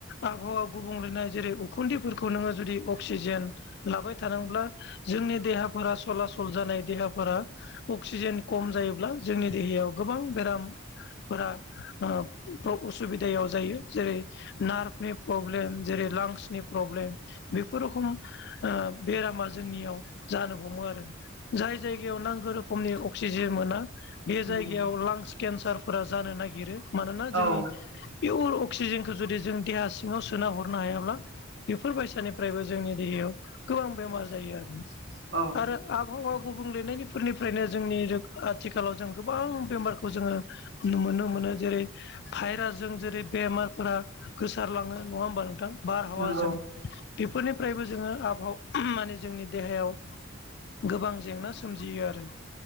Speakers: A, on the left; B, on the right.
A: आबहावा गुबुंलेनाय जेरै उखुन्दैफोरखौ नोङो जुदि अक्सिजेन लाबाय थानब्ला जोंनि देहाफोरा सलासल जानाय देहाफोरा अक्सिजेन खम जायोब्ला जोंनि देहायाव गोबां बेराम फोर <unintelligible> उसुबिदायाव जायो जेरै नार्भनि प्रब्लेम जेरै लांसनि प्रब्लेम बेफोर रोखम बेरामा जोंनियाव जानो हमो आरो जाय जायगायाव नांगौ रोखोमनि अक्सिजेन मोना बे
B: नंगौ
A: जायगायाव लांस केन्सारफोरा जानो नागिरो मानोना जोंनि
B: औ
A: पियर अक्सिजेनखौ जुदि जों देहा सिङाव सोना हरनो हायाब्ला बेफोर बायसानिफ्रायबो जोंनि देहायाव गोबां बेमार जायो आरो।
B: औ
A: आरो आबहावा गुबुंलेनायनिफोरनिफ्रायनो जोंनि आथिखालाव जों गोबां बेमारखौ जोङो नुनो मोनो जेरै भायरासजों जेरै बेमारफोरा गोसारलाङो नङा होमबा नोंथां? बारहावाजों
B: नंगौ
A: बेफोरनिफ्रायबो जोङो आबहाव ओम माने जोंनि देहायाव गोबां जेंना सोमजियो आरो।